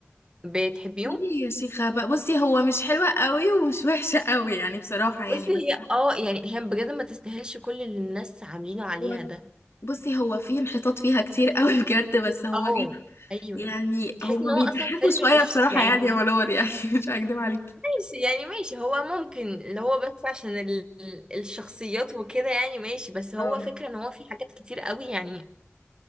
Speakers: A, on the right (about 20°); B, on the left (about 75°).
A: بتحبيهم
B: يعني يا شيخة بقى بصي هو مش حلوة قوي ومش <laughs> وحشة قوي يعني بصراحة يعني
A: بصي
B: بس
A: هي اه يعني هي بجد ما تستاهلش كل اللي الناس عاملينه عليها
B: هو
A: ده
B: بصي هو في انحطاط فيها كتير <laughs> قوي بجد بس هو
A: اه
B: ايه
A: ايوه
B: يعني
A: تحس
B: هما
A: ان هو
B: بيضحكوا
A: اصلا فيلم
B: شوية
A: مش
B: بصراحة
A: يعني
B: يعني
A: مش
B: يا ولور يعني <laughs> مش هكدب عليكي
A: ماشي يعني ماشي هو ممكن اللي هو بس عشان ال... ال- الشخصيات وكده يعني ماشي بس هو
B: اه
A: فكرة ان هو في حاجات كتير قوي يعني